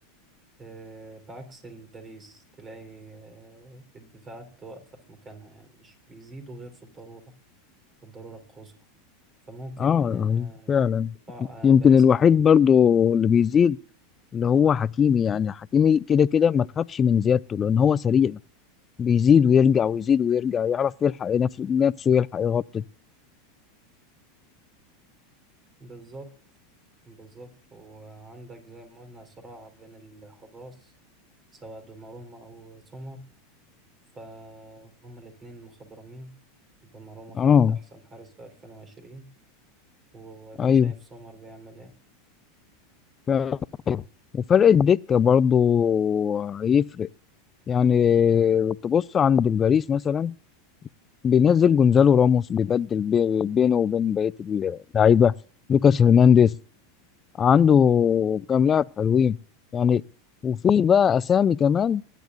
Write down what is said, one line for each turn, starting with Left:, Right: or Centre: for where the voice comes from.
Right: آه، بعكس الباريس تلاقي آه، الدفاعات واقفة في مكانها يعني مش بيزيدوا غير في الضرورة في الضرورة القصوى فممكن
Left: اه
Right: آه،
Left: فعلا
Right: دفاع
Left: يمكن
Right: آه، باريس
Left: الوحيد
Right: أقوى
Left: برضو اللي بيزيد اللي هو حكيمي يعني حكيمي كده كده ما تخافش من زيادته لان هو سريع بيزيد ويرجع ويزيد ويرجع يعرف يلحق نفسه نفسه يلحق يغطي
Right: بالظبط بالظبط وعندك زي ما قلنا صراع بين الحراس سواء دوناروما أو سومر فهم الاتنين مخضرمين دوناروما
Left: اه
Right: خد أحسن حارس في 2020 واديك
Left: ايوه
Right: شايف سومر بيعمل ايه
Left: ف- وفرق الدكة برضو هيفرق يعني تبص عند الباريس مثلا بينزل جونزالو راموس بيبدل بي- بينه وبين بقية اللعيبة لوكاس هرنانديز عنده كام لاعب حلوين يعني وفي بقى أسامي كمان